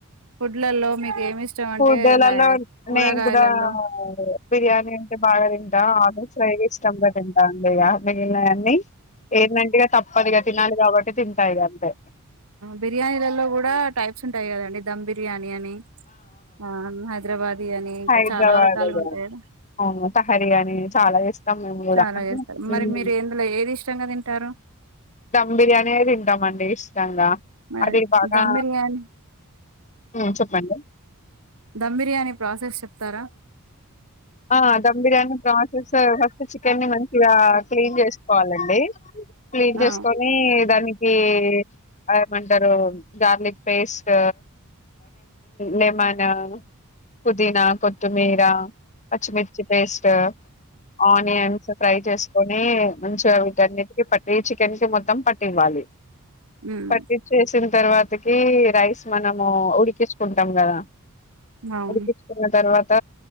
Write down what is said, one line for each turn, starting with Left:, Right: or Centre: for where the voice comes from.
Right: ఫుడ్లలో మీకు ఏమి ఇష్టం అంటే
Left: ఫుడ్లలో
Right: లై కూరగాయలలో
Left: నేను కూడా బిర్యానీ అంటే బాగా తింటాను ఆమోట్ ఇష్టంంగా తింటా అండి మిగిలినయాన్ని ఏంటంటేగా తప్పదిగా తినాలి కాబట్టి తింటాయి అంతే
Right: బిర్యానీలలో కూడా టైప్స్ ఉంటాయి కదండి దమ్ బిర్యానీ అని ఆ హైదరాబాద్ అని ఇంకా
Left: హైదరాబాద్
Right: చాలా రకాలుగా
Left: ఇగ
Right: ఉంటాయి
Left: అవును తహరి అని చాలా చేస్తాం మేము కూడా
Right: చాలా
Left: అంటే
Right: చేస్తారు
Left: మ్,
Right: మరి మీరు ఎందులో ఏది ఇష్టంగా తింటారు
Left: మ్ బిర్యానీ తింటాం అండి ఇష్టంగా
Right: మ
Left: అది బాగా
Right: దమ్ బిర్యానీ
Left: మ్, చెప్పండి
Right: దధమ్ బిర్యానీ ప్రాసెస్ చెప్తారా
Left: ఆ ధమ్ బిర్యానీ ప్రాసెస్ ఫస్ట్ చికెన్ని ని మంచిగా క్లీన్ చేసుకోవాలండి క్లీన్
Right: ఆ
Left: చేసుకొని దానికి ఏమంటారు గార్లిక్ పేస్ట్ లెమన్ పుదీనా కొత్తిమీర పచ్చిమిర్చి పేస్ట్ ఆనియన్స్ ఫ్రై చేసుకొని మంచిగా వీటన్నిటికి పట్టి చికెన్ కి మొత్తం పట్టివ్వాలి
Right: మ్మ్
Left: పట్టిసింది తర్వాతకి రైస్ మనము ఉడికించుకుంటాం కదా
Right: అవును
Left: ఉడికిించుకున్న తర్వాత